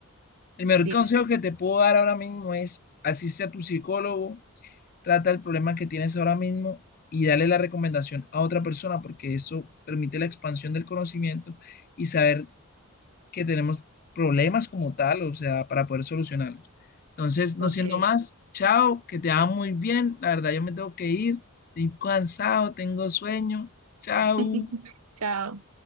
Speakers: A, on the left; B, on the right.
A: El mejor
B: Dime.
A: consejo que te puedo dar ahora mismo es asiste a tu psicólogo, trata el problema que tienes ahora mismo y dale la recomendación a otra persona porque eso permite la expansión del conocimiento y saber que tenemos problemas como tal, o sea, para poder solucionarlos. Entonces, no
B: Ok,
A: siendo más, chao, que te va muy bien. La verdad, yo me tengo que ir, estoy cansado, tengo sueño. Chao.
B: <laughs> chao.